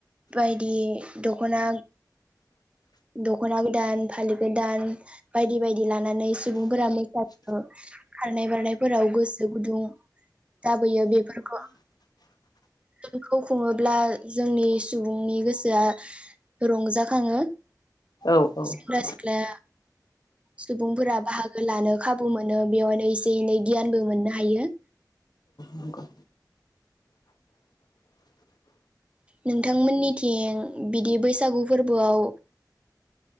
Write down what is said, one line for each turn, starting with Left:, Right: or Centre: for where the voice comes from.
Right: बायदि दख'ना दख'ना गोदान फालि गोदान बायदि बायदि लानानै सुबुंफोरा मोसा खारनाय बारनायफोराव गोसो गुदुं जाबोयो बेफोरखौ बेखौ खुङोब्ला जोंनि सुबुंनि गोसोआ रंजाखाङो
Left: औ औ
Right: सेंग्रा सिख्ला सुबुंफोरा बाहागो लानो खाबु मोनो बेवायनो एसे एनै गियानबो मोननो हायो।
Left: नंगौ
Right: नोंथांमोननिथिं बिदि बैसागु फोरबोआव